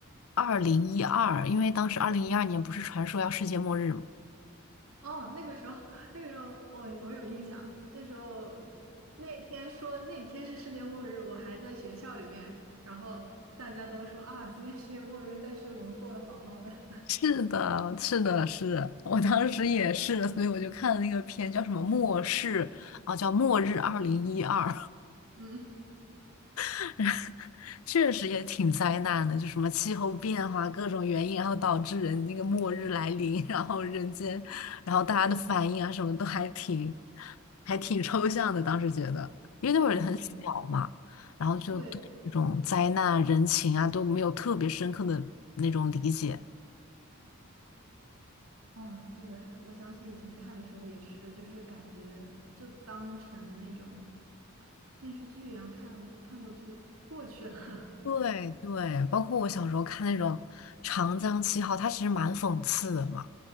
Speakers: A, on the left; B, on the right.
A: 二零一二，二零一二因为当时二零一二年不是传说要世界末日
B: 哦，那个时候，<laughs> 那个时候我我有印象，那时候那天说那天是世界末日，我还在学校里面，然后大家都说啊，今天世界末日，但是我们过得好好的。<laughs>
A: 是的，是的，是我当时也是，所以我就看了那个片，叫什么《末世》啊，叫《末日二零一二》，
B: 嗯
A: <laughs> 确实也挺灾难的，就什么气候变化各种原因，然后导致人那个末日来临，然后人间，然后大家的反应啊，什么都还挺还挺抽象的。当时觉得，因为那会儿很小嘛，
B: 嗯，
A: 然后就对这种灾难人情啊都没有特别深刻的那种理解。
B: 对，啊，对，我想起以前看的时候也是，就是感觉就当成那种电视剧一样看，看过就过去了。
A: 对对，
B: <laughs>
A: 包括我小时候看那种《长江七号》，它其实蛮讽刺的嘛。